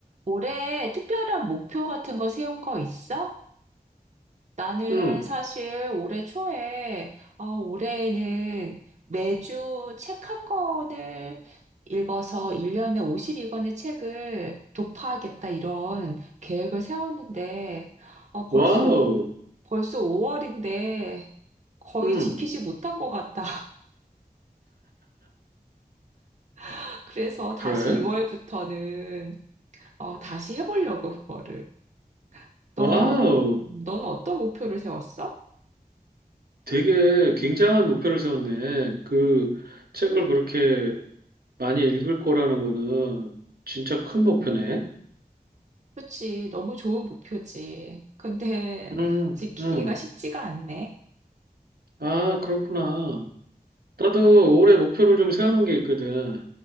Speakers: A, on the right (about 50°); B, on the right (about 75°).
A: 올해 특별한 목표 같은 거 세운 거 있어? 나는
B: 응,
A: 사실 올해 초에, 어, 올해에는 매주 책 한 권을 읽어서 1년에 50권의 책을 도파하겠다 이런 계획을 세웠는데, 어, 벌써,
B: 와우.
A: 오- 벌써 5월인데 거의
B: 응,
A: 지키지 못한 것 같다. <laughs> 그래서 다시
B: 그래?
A: 6월부터는, 다시 해보려고 그거를. 너는
B: 와우.
A: 어, 음, 너는 어떤 목표를 세웠어?
B: 되게 굉장한 목표를 세웠네. 그 책을 그렇게 많이 읽을 거라는 거는 진짜 큰 목표네.
A: 그치. 너무 좋은 목표지. 근데
B: 응,
A: 지키기가
B: 응.
A: 쉽지가 않네.
B: 아, 그렇구나. 나도 올해 목표를 좀 세워놓은 게 있거든.